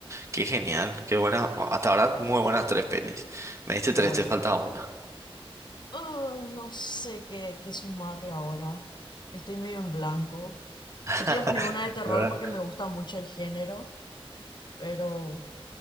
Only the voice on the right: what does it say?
Qué genial, qué buena. bueno, Hasta ahora, muy buenas tres pelis. Me diste
tres, te falta una.
<laughs>
¿Verdad?